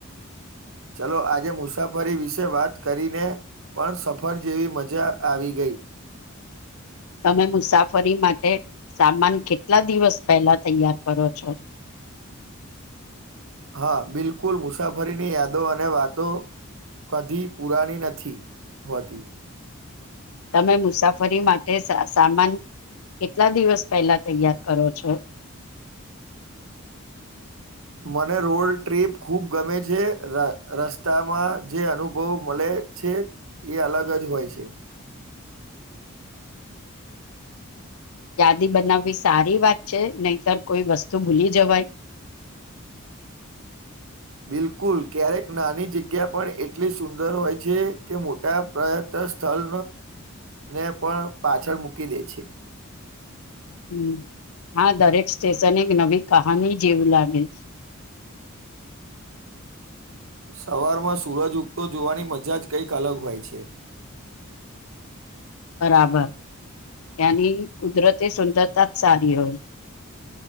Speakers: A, on the right; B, on the left.
A: ચલો આજે મુસાફરી વિશે વાત કરીને પણ સફર જેવી મજા આવી ગઈ
B: <inaudible> તમે મુસાફરી માટે સામાન કેટલા દિવસ પહેલા તૈયાર કરો છો <inaudible>
A: હા બિલકુલ મુસાફરીની યાદો અને વાતો કદીી પુરાની નથી હોતી
B: તમે મુસાફરી માટે સામાન કેટલા દિવસ પહેલા તૈયાર કરો છો
A: મને રોડ ટ્રીપ ખૂબ ગમે છે રસ્તામાં જે અનુભવ મળે છે છે એ અલગ જ હોય છે
B: યાદી બનાવવી સારી વાત છે નહીતર કોઈ વસ્તુ ભૂલી જવાય <inaudible>
A: બિલકુલ ક્યારેક નાની જગ્યા પણ એટલી સુંદર હોય છે કે મોટા પ્રયત્ન સ્થળ ને પણ પાછળ મૂકી દે છે
B: હમ હા દરેક સ્ટેશન એક નવી કહાની જેવું લાગે છે <inaudible>
A: સવારમાં સૂરજ ઉગતો જોવાની મજા જ કંઈક અલગ હોય છે
B: બરાબર એની કુદરતે સુંદરતા સધ હોય